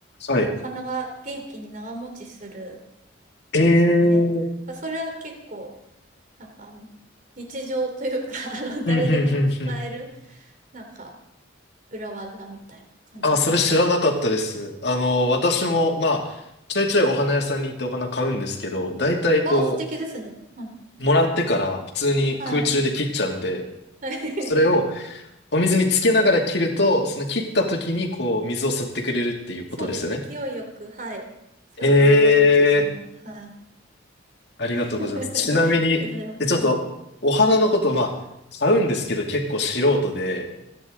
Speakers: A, on the left (about 60°); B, on the right (about 40°).
A: はい。
B: あのお花が元気に長持ちする
A: ええ
B: んですよね。だからそれは結構、なんかあの日常というか <laughs> あの誰でも使える、
A: うんうんうんうん。
B: なんか裏技みたいな感じかなって。
A: あ、それ知らなかったです。あの、私も、まあ、ちょいちょいお花屋さんに行ってお花買うんですけど、大体こ
B: あ、素敵ですね。はい。
A: う、もらってから普通に空中で切っちゃうんで、
B: はい。
A: それを
B: <laughs>
A: お水につけながら切ると、その切った時にこう、水を吸ってくれるっていうことですよね。
B: そうです。勢いよく、はい。それで長持ちします。
A: ええ、
B: はい。
A: ありがとうございます。
B: <laughs>
A: ちなみに、
B: それは、
A: え、
B: はい。
A: ちょっと、お花のこと、まあ、買うんですけど結構素人で、